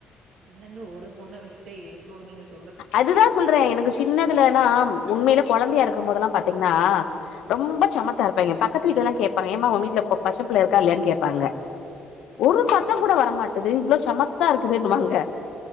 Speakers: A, on the right; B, on the left.
A: என்னங்க ஒரு பொண்ண வெச்சுட்டே இவ்ளோ நீங்க சொ
B: அதுதா சொல்றே எனக்கு சின்னதுலல்லா உண்மயில கொழந்தியா இருக்கும்
A: ம்
B: போதெல்லா பாத்தீங்னா அ ரொம்ப சமத்தா இருப்பாய்ங்க பக்கத்து வீட்டுலலாம் கேப்பாங்க ஏம்மா உ வீட்ல பச்சப்புள்ள இருக்கா இல்லயான் கேப்பாங்க <inaudible> ஒரு சத்தம்
A: ஓ
B: கூட வரமாட்டுது இவ்ளோ சமத்தா இருக்குதுன்னுவாங்க